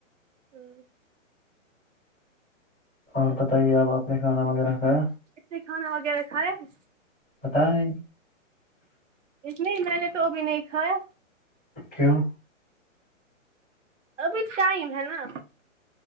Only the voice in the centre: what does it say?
اور بتائیے آپ آپ نے کھانا وغیرہ کا
پتا ہے
کیوں